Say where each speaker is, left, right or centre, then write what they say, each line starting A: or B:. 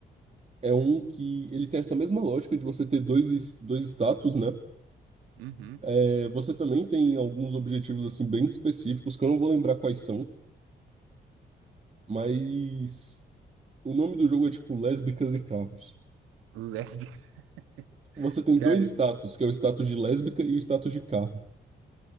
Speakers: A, on the right; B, on the right.
A: é um que ele tem essa mesma lógica de você ter dois, es- dois status, né?
B: Uhum.
A: É, Você também tem alguns objetivos assim bem específicos que eu não vou lembrar quais são, mas o nome do jogo é tipo Lésbicas e Carros.
B: Lésbica,
A: Você
B: <laughs>
A: tem
B: cara.
A: dois status,
B: isso-
A: que é o status de lésbica e o status de carro.